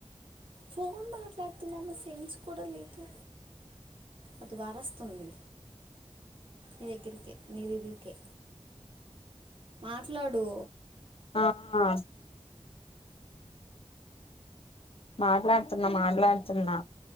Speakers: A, on the right (about 50°); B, on the left (about 60°).
A: ఫోన్ మాట్లాడుతున్నాము సెట్స్ కూడా లేదు అతువార్ వస్తుంది ని దెగ్గరకే నీదేగ్గరికే మాట్లాడు
B: ఆ ఆ మాట్లాడుతున్నా మాట్లాడుతున్నా